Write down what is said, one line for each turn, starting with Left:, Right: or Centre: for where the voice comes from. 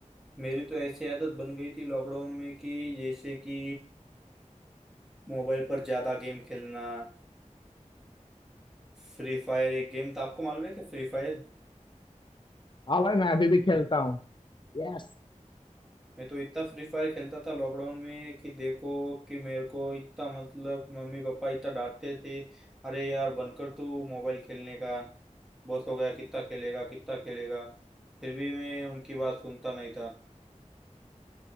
Centre: मेरी तो ऐसी आदत बन गई थी लॉकडाउन में कि जैसे कि मोबाइल पर ज्यादा गेम खेलना फ्री फायर एक गेम था आपको मालूम है क्या फ्री फायर
Left: हाँ भाई मैं अभी भी खेलता हूँ Yes
Centre: मैं तो इतना फ्री फायर खेलता था लॉकडाउन में कि देखो कि मेरे को इतना मतलब मम्मी पापा इतना डांटते थे अरे यार बनकर तू मोबाइल खेलने का बस हो गया कितना खेलेगा कितना खेलेगा फिर भी मैं उनकी बात सुनता नहीं था